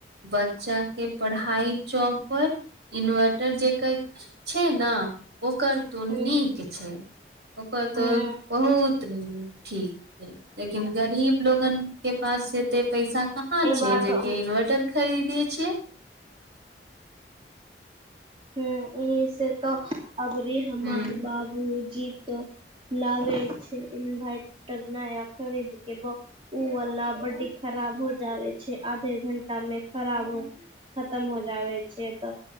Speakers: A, on the right; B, on the right.
A: बच्चा के पढ़ाई चौपट इन्वर्टर जेकर छै ने ओकर तो नीक
B: हूँ
A: छै ओकर तऽ
B: हूँ
A: बहुत ठीक छै लेकिन गरीब लोगन के पास एते पैसा हँ
B: ए
A: छै
B: बार
A: जे
B: तो
A: क इन्वर्टर खरीदे छै
B: ह इह से तो अभी हमार
A: ह
B: बाबूजी तो लागे छै इन्वर्टर नया खरीद के ब ओवला बड्डी खराब हो जावे छै आधे घंटा मे खराब हो खतम हो जाबे छै तऽ